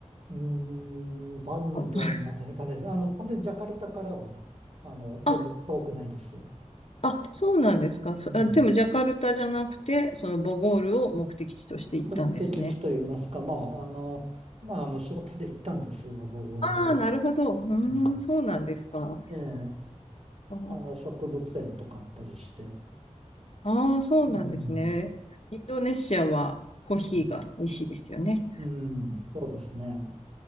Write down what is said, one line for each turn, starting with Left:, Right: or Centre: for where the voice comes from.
Right: うーん、バンドンまで行かないです。
Left: う。
Right: あの、本当にジャカルタからは、あの、全然遠くないです。
Left: あ、あ、そうなんですか。そあ、
Right: うん。
Left: でもジャカルタじゃなくて、そのボゴールを目的地として行ったんですね。
Right: 目的地と言いますか、まあ、あの、まあ、あの、仕事で行ったんですが、僕、俺は。
Left: ああ、なるほど。うーん、
Right: うん。
Left: そうなんですか。
Right: ええ、
Left: あ
Right: あの、植物園とかあったりして。
Left: あー、そうなんですね。
Right: うん。
Left: インドネシアはコーヒーが美味しいですよね。
Right: うん、うんそうですね。